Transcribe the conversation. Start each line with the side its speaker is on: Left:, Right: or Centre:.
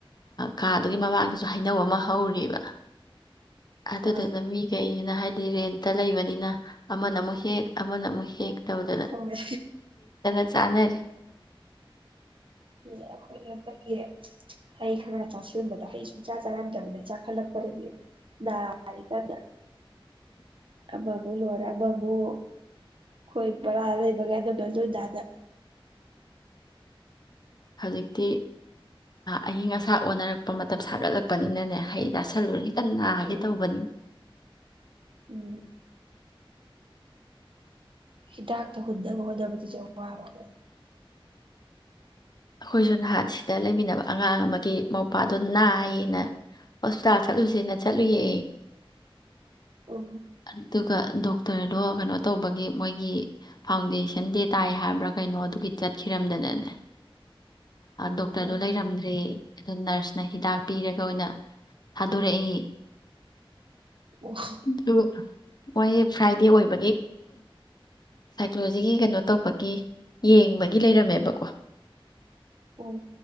Left: ꯀꯥꯗꯨꯒꯤ ꯃꯃꯥꯡꯗꯁꯨ ꯍꯩꯅꯧ ꯑꯃ ꯍꯧꯔꯤꯕ꯫ ꯑꯗꯨꯗꯨꯅꯥ
Right: ꯑꯥ
Left: ꯃꯤꯒꯦ ꯑꯗꯨꯅ ꯍꯥꯏꯗꯤ ꯔꯦꯟꯇ ꯂꯩꯕꯅꯤꯅ ꯑꯃꯅ ꯑꯃꯨꯛ ꯍꯦꯛ ꯑꯃꯅ ꯑꯃꯨꯛ ꯍꯦꯛ ꯇꯧꯗꯅ
Right: ꯍꯣꯏ
Left: <unintelligible> ꯆꯥꯅꯔꯤ꯫
Right: ꯑꯩꯈꯣꯏ ꯍꯟꯗꯛꯀꯤ ꯍꯩ ꯈꯔ ꯆꯥꯁꯤꯟꯕꯗ ꯍꯩ ꯁꯨꯡꯆꯥ ꯆꯥꯔꯝꯗꯕꯅꯦ ꯆꯥꯈꯠꯂꯛꯄꯗꯒꯤ ꯅꯥꯔꯤꯀꯥꯟꯅ꯫ <unintelligible> <unintelligible> ꯑꯩꯈꯣꯏ ꯕꯔꯥ ꯂꯩꯕꯒ ꯑꯗꯨꯝꯕ ꯂꯣꯏ ꯅꯥ꯫
Left: ꯍꯧꯖꯤꯛꯇꯤ ꯑꯏꯤꯡ ꯑꯁꯥ ꯑꯣꯟꯅꯔꯛꯄ ꯃꯇꯝ ꯁꯥꯒꯠꯂꯛꯄꯅꯤꯅꯅꯦ ꯍꯩ ꯇꯥꯁꯜꯂꯨꯔꯅꯤ ꯀꯟꯅ ꯅꯥꯒꯦ
Right: ꯍꯣꯏ
Left: ꯇꯧꯕꯅꯤ꯫
Right: ꯎꯝ ꯍꯤꯗꯥꯛꯇ ꯍꯨꯟꯅꯕ ꯍꯣꯠꯅꯕꯗꯖꯨ ꯑꯋꯥꯕꯥ ꯑꯃꯅꯤ꯫
Left: ꯑꯩꯈꯣꯏꯁꯨ ꯅꯍꯥꯟ ꯁꯤꯗ ꯂꯩꯃꯤꯟꯅꯕ ꯑꯉꯥꯡ ꯑꯃꯒꯤ ꯃꯧꯄꯥꯗꯣ ꯅꯥꯏꯌꯦꯅ ꯍꯣꯁꯄꯤꯇꯥꯜ ꯆꯠꯂꯨꯁꯦꯅ ꯆꯠꯂꯨꯌꯦ꯫
Right: ꯎꯝ
Left: ꯑꯗꯨꯒ ꯗꯣꯛꯇꯔꯗꯣ ꯀꯩꯅꯣ ꯇꯧꯕꯒꯤ ꯃꯣꯏꯒꯤ ꯐꯥꯎꯟꯗꯦꯁꯟ ꯗꯦ ꯇꯥꯏ ꯍꯥꯏꯕ꯭ꯔꯥ ꯀꯩꯅꯣ ꯑꯗꯨꯒꯤ ꯆꯠꯈꯤꯔꯝꯗꯅꯅꯦ ꯗꯣꯛꯇꯔꯗꯣ
Right: ꯎꯝ
Left: ꯂꯩꯔꯝꯗ꯭ꯔꯦ ꯑꯗꯣ ꯅꯔꯁ ꯅ ꯍꯤꯗꯥꯛ ꯄꯤꯔꯒ ꯑꯣꯏꯅ ꯊꯥꯗꯣꯔꯛꯏ꯫
Right: ꯑꯣ
Left: ꯑꯗꯨ ꯃꯣꯏ ꯐ꯭ꯔꯥꯏꯗꯦ ꯑꯣꯏꯕꯒꯤ ꯁꯥꯏꯀꯣꯂꯣꯖꯤꯒꯤ ꯀꯩꯅꯣ ꯇꯧꯕꯒꯤ ꯌꯦꯡꯕꯒꯤ ꯂꯩꯔꯝꯃꯦꯕꯀꯣ
Right: ꯑꯣ꯫